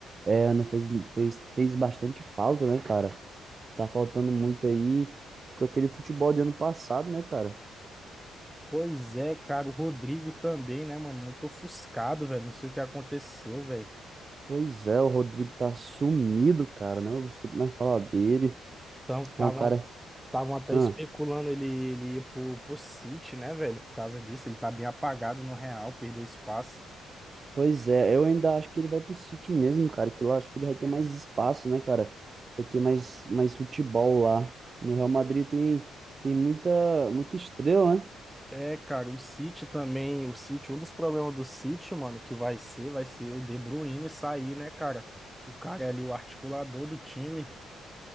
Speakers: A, on the right (about 35°); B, in the centre.
A: É, não fez, fez, fez bastante falta, né, cara? Tá faltando muito aí com aquele futebol de ano passado, né, cara?
B: Pois é, cara, o Rodrigo também, né, mano? Muito ofuscado, velho. Não sei o que aconteceu, velho.
A: Pois é, o Rodrigo tá sumido, cara. Não escuto mais falar dele.
B: Então, estavam
A: É um cara.
B: estavam até
A: Ah,
B: especulando ele, ele ir pro, pro City, né, velho? Por causa disso, ele tá bem apagado no Real, perdeu espaço.
A: pois é, eu ainda acho que ele vai pro City mesmo, cara. Que lá acho que ele vai ter mais espaço, né, cara? Vai ter mais, mais futebol lá. No Real Madrid tem, tem muita, muita estrela, né?
B: É, cara, o City também, o City, um dos problemas do City, mano, que vai ser, vai ser o De Bruyne sair, né, cara? O cara é ali, o articulador do time.